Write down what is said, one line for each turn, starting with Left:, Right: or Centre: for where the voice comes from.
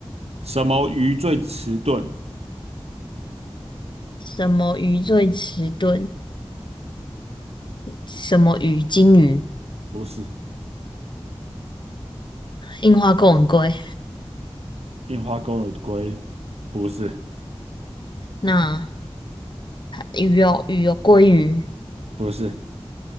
Right: 什么鱼最迟钝？
Left: 什么鱼最迟钝？什么鱼？金鱼、
Right: 不是，
Left: 樱花钩吻龟。
Right: 印花钩尾龟，不是，
Left: 那鱼有鱼有鲑鱼。
Right: 不是，